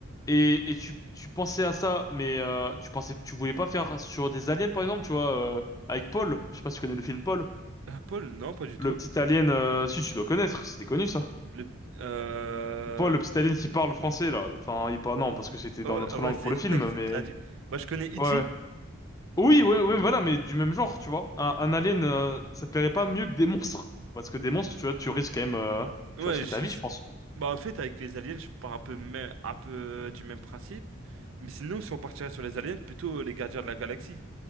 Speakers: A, on the left; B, on the right.
A: Et, et tu, tu pensais à ça, mais euh, tu pensais, tu voulais pas faire sur des aliens, par exemple, tu vois, euh, avec Paul. Je sais pas si tu connais le film Paul.
B: Euh, Paul, non, pas du
A: Le
B: tout.
A: petit alien, euh, si tu dois connaître, c'était connu ça.
B: Le... Euh...
A: Paul, le petit alien qui parle français là. Enfin, il parle non, parce que c'était
B: Oh,
A: dans notre
B: ah ouais,
A: langue
B: c'est
A: pour le film,
B: <laughs> c'est
A: mais
B: traduit. Bah, je connais E.T.
A: ouais. ouais. Oui, ouais, ouais, voilà, mais du même genre, tu vois. Un, un alien, euh, ça te plairait pas mieux que des monstres? Parce que des monstres, tu vois, tu risques quand même, euh,
B: Ouais,
A: tu risques
B: je...
A: ta vie, je pense.
B: bah, en fait, avec les aliens, je pars un peu, même, un peu du même principe. Mais sinon, si on partirait sur les aliens, plutôt les gardiens de la galaxie.